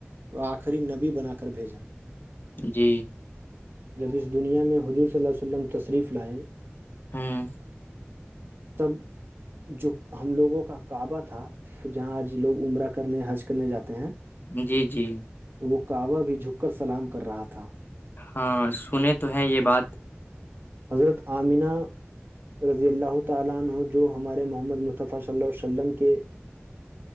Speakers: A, on the right; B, on the left.
A: تو آخری نبی بنا کر بھیجا
B: جی
A: جب اس دنیا میں حضور صلی اللہ ولم تشریف لائے
B: ہاں
A: تب جو ہم لوگوں کا کعبہ تھا جہاں آج لوگ عمرہ کرنے حج کرنے جاتے ہیں
B: جی جی
A: وہ کعبہ بھی جھک کر سلام کر رہا تھا
B: ہاں سنے تو ہے یہ بات
A: حضرت آمینہ رضی اللہ اعالان ہووں جو ہمارے محمد مطفی صلی ال عیہ و سلم کے